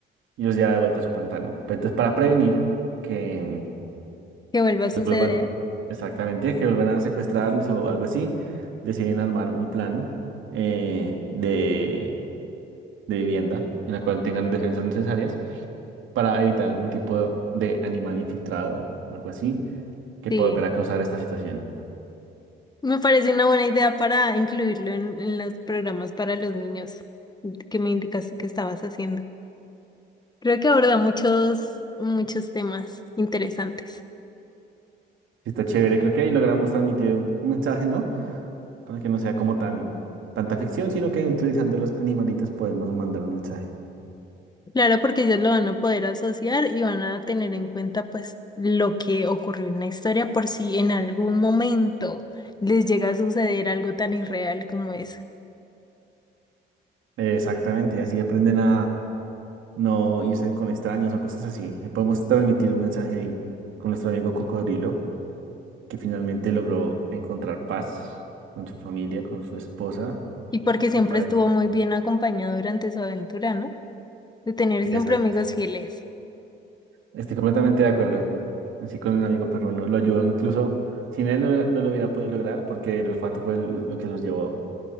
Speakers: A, on the right (about 80°); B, on the left (about 20°).
A: y los lleva de vuelta a su pantano. Pero entonces, para prevenir que
B: que vuelva a
A: pues,
B: suceder.
A: vuelvan, exactamente, que vuelvan a secuestrarlos o algo así, deciden armar un plan eh, de, de vivienda en la cual tengan defensas necesarias para evitar algún tipo de animal infiltrado o algo así que
B: Sí,
A: pueda volver a causar esta situación.
B: me parece una buena idea para incluirlo en, en los programas para los niños que me indicaste que estabas haciendo. Creo que aborda muchos, muchos temas interesantes.
A: Sí, está chévere. Creo que ahí logramos transmitir un mensaje, ¿no? Para que no sea como tan tanta ficción, sino que utilizando los animalitos podemos mandar un mensaje.
B: Claro, porque ellos lo van a poder asociar y van a tener en cuenta pues lo que ocurrió en la historia por si en algún momento les llega a suceder algo tan irreal como eso.
A: Eh, Exactamente, así aprenden a no irse con extraños o cosas así. Eh, Podemos transmitir un mensaje ahí con nuestro amigo Cocodrilo, que finalmente logró encontrar paz con su familia, con su esposa,
B: Y porque siempre
A: su pareja.
B: estuvo muy bien acompañado durante su aventura, ¿no? De tener
A: Exacto.
B: siempre amigos fieles.
A: Estoy completamente de acuerdo. Así con el amigo perruno. Lo ayudó incluso, sin él no, no lo hubiera podido lograr porque el olfato fue el- lo que los llevó